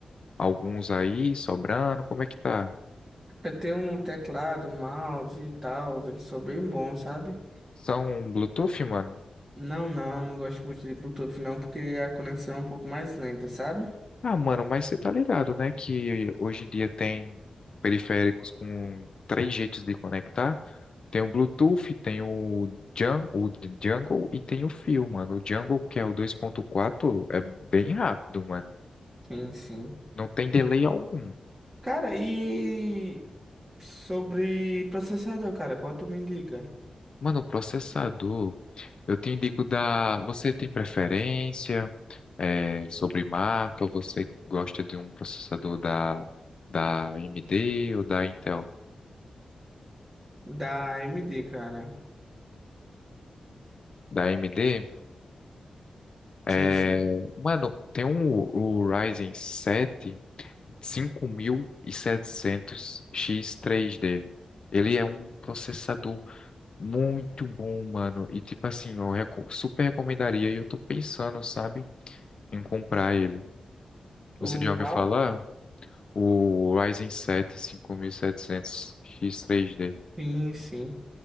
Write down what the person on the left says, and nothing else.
alguns aí sobrando? Como é que tá?
São Bluetooth, mano?
Ah, mano, mas você tá ligado, né? Que hoje em dia tem periféricos com três jeitos de conectar. Tem o Bluetooth, tem o, Jun o Jungle e tem o Fio, mano. O Jungle, que é o 2.4, é bem rápido, mano.
Não tem delay algum.
Mano, o processador, eu te indico da. Você tem preferência? é, sobre marca ou você gosta de um processador da, da AMD ou da Intel?
Da AMD, é,
mano, tem um, o Ryzen 7 5700X3D. Ele é um processador muito bom, mano. E tipo assim, eu reco- super recomendaria e eu tô pensando, sabe, em comprar ele.
Você já
ouviu falar? O Ryzen 7 5700X3D.